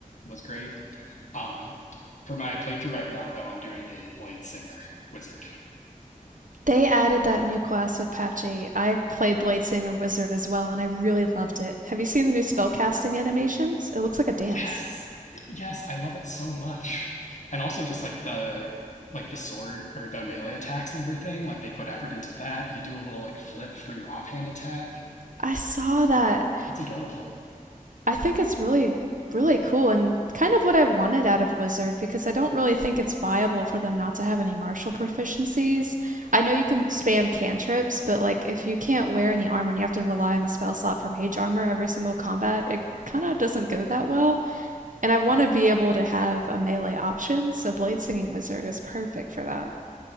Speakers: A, on the left (about 55°); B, on the right (about 65°).
A: was great. Um, for my playthrough right now, though, I'm doing a blade singer wizard.
B: They added that new class with patch eight. I played Bladesinger Wizard as well, and I really loved it. Have you seen the new spellcasting animations? It looks like a dance.
A: yes, yes, I love it so much. And also just like the like the sword or the melee attacks and everything, like they put effort into that. You do a little like flip for your offhand attack.
B: I saw that.
A: It's adorable.
B: I think it's really, really cool and kind of what I wanted out of Wizard because I don't really think it's viable for them not to have any martial proficiencies. I know you can spam cantrips, but like if you can't wear any armor and you have to rely on the spell slot for mage armor every single combat, it kind of doesn't go that well. And I want
A: Right.
B: to be able to have a melee option, so Blade Singing Wizard is perfect for that.